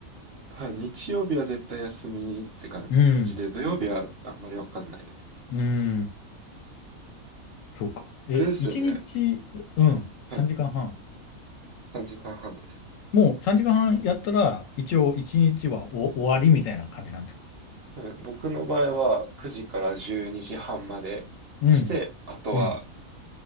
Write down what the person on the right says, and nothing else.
はい。日曜日は絶対休みって感じで、
土曜日はあんまりわかんないです。
あれですよね。
はい。
3時間半です。
はい僕の場合は9時から12時半までして、
あとは